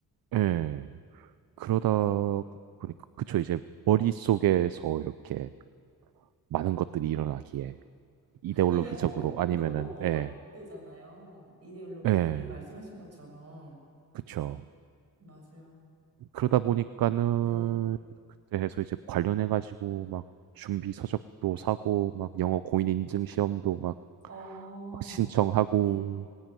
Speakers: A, on the right; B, on the right.
A: 예. 그러다
B: 네.
A: 보니까 그쵸 이제 머릿속에서 이렇게 많은 것들이 일어나기에 이데올로기적으로
B: 이 한국은
A: 아니면은
B: 너무 억압되잖아요.
A: 예,
B: 이데올로기
A: 예,
B: 말씀하신 것처럼.
A: 그쵸.
B: 맞아요.
A: 그러다 보니까는
B: 네.
A: 그때 해서 이제 관련해 가지고 막 준비 서적도 사고 막 영어 고인 인증 시험도 막,
B: 어,
A: 막 신청하고
B: 네.